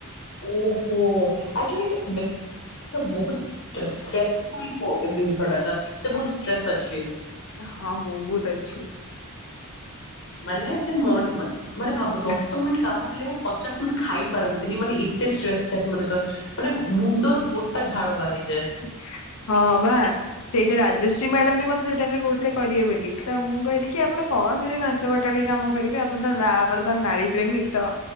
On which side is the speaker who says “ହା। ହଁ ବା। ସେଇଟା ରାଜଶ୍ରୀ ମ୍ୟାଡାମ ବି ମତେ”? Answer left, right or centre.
Left